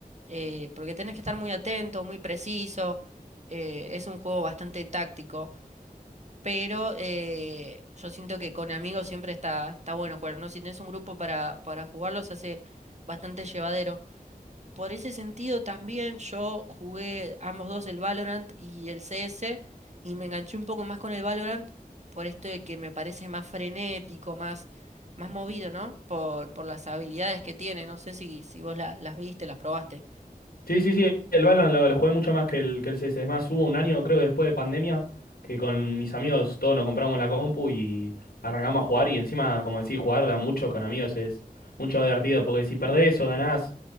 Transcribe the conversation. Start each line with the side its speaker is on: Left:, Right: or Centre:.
Right: eh, porque tenés que estar muy atento, muy preciso, eh, es un juego bastante táctico, pero eh, yo siento que con amigos siempre está, está bueno jugar, ¿no? Si tenés un grupo para, para jugarlo se hace bastante llevadero. Por ese sentido también yo jugué ambos dos el Valorant y el CS y me enganché un poco más con el Valorant por esto de que me parece más frenético, más, más movido, ¿no? Por, por las habilidades que tiene. No sé si, si vos la- las viste, las probaste.
Left: Sí, sí, sí, el Valorant lo, lo jugué mucho más que el, que el CS. Es más, hubo un año, creo que después de pandemia, que con mis amigos todos nos compramos la compu y arrancamos a jugar. Y encima, como decís, jugar de a muchos con amigos es mucho más divertido, porque si perdés o ganás,